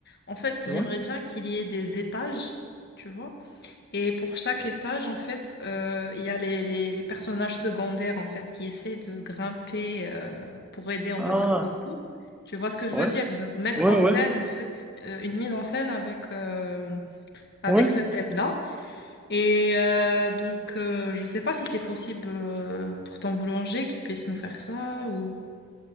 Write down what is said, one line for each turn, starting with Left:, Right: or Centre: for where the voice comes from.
Left: En fait,
Centre: Ouais.
Left: j'aimerais bien qu'il y ait des étages, tu vois. Et pour chaque étage, en fait, euh, il y a les, les, les personnages secondaires, en fait, qui essaient de grimper euh, pour aider, on
Centre: Ah,
Left: va dire, Goku. Tu vois ce que je
Centre: ouais,
Left: veux dire? Genre, mettre
Centre: ouais,
Left: en scène,
Centre: ouais,
Left: en fait, euh, une mise en scène avec, euh, avec
Centre: ouais.
Left: ce thème-là. Et euh, donc, euh, je sais pas si c'est possible euh, pour ton boulanger qu'il puisse nous faire ça ou...